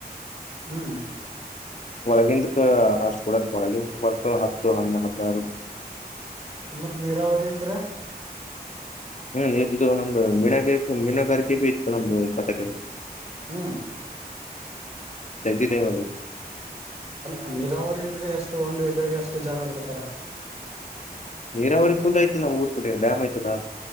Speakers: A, on the right; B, on the left.
A: ಹ್ಮ್
B: ಒಗಿಂತಕ ಅಷ್ಟು ಕೊಡ ಬಳಗಿಂತಕ ಬರ್ತ ಹತ್ತು ಹ್ ಹದಿನಾರು
A: ಮತ್ತ್ ನೀರಾವರಿ ಇದ ಇದ್ರೆ
B: ಹ್ಮ್ಇದು ನಮ್ದು ಮೀಣಗ ಮೀನುಗಾರಿಕೆ ಭಿ ಇತ್ತು ನಮ್ದು ಇಪ್ಪತ್ತಕಡೆ
A: ಹ್ಮ್
B: ಸಗ ತವ
A: ಅ ನೀರಾವರಿ ಇದ್ರೆ ಎಷ್ಟು ಒಂದು ಎಕರೆಗೆ ಅಷ್ಟು ಜಾಗ ಕೊಡ್ತಾರೆ
B: ನೀರಾವರಿ ಫುಲ್ ಐತೆ ನಾವು ಊರ್ಬ ಬಿಟ್ಟ್ರ ಡ್ಯಾಮ್ ಐತದಾ